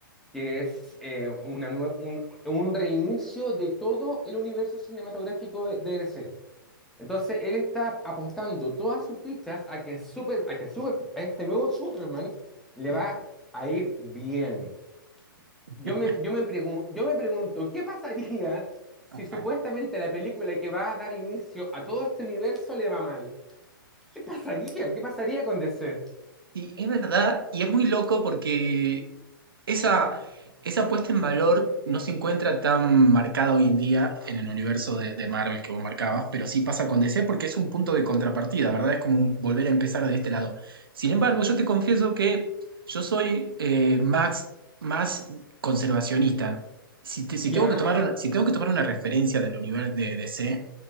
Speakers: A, in the centre; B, on the right.
A: que es eh, una nue- un, un reinicio de todo el universo cinematográfico de, de DC. Entonces, él está apostando todas sus fichas a que, super, a que super, a este nuevo Superman le
B: sí.
A: va a ir bien. Yo
B: <laughs>
A: me, yo me pregun- yo me pregunto, ¿qué pasaría si
B: Ajá.
A: supuestamente la película que va a dar inicio a todo este universo le va mal? ¿Qué pasaría? ¿Qué pasaría con DC?
B: Y, y es verdad, y es muy loco porque esa, esa puesta en valor no se encuentra tan marcada hoy en día en el universo de, de Marvel que vos marcabas, pero sí pasa con DC porque es un punto de contrapartida, ¿verdad? Es como un volver a empezar de este lado. Sin embargo, yo te confieso que yo soy eh, más, más conservacionista. Si, te- si
A: Ya,
B: tengo que tomar, si tengo que tomar una referencia del universo de DC,